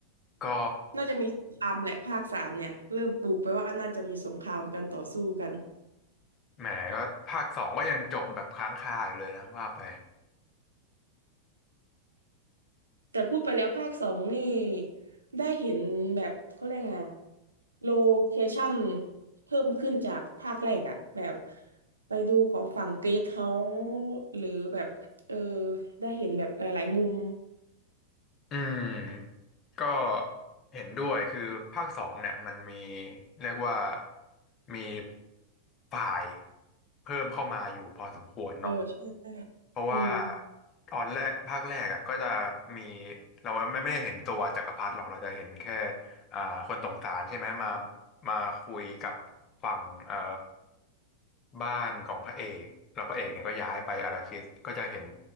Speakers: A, on the left; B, on the right.
A: ก็
B: น่าจะมีสงครามแหละภาคสามเนี่ยเริ่มปลูกไปว่าน่าจะมีสงครามกันต่อสู้กัน
A: แหมก็ภาคสองก็ยังจบแบบค้างคาอยู่เลยนะว่าไป
B: แต่พูดไปแล้วภาคสองนี่ได้เห็นแบบเขาเรียกไงโลเคชั่นเพิ่มขึ้นจากภาคแรกอะแบบไปดูของฝั่งเกสเฮาส์หรือแบบเออได้เห็นแบบหลายๆมุม
A: อืมก็เห็นด้วยคือภาคสองเนี่ยมันมีเรียกว่ามีฝ่ายเพิ่มเข้ามาอยู่พอสมควรเนาะ
B: เออใช่
A: เพราะว่า
B: อืม
A: ตอนแรกภาคแรกอ่ะก็จะมีเราไม่ไม่ได้เห็นตัวจักรพรรดิหรอกเราจะเห็นแค่อ่าคนสงสารใช่ไหมมามาคุยกับฝั่งเอ่อบ้านของพระเอกแล้วพระเอกเนี่ยก็ย้ายไปอาราคิสก็จะเห็น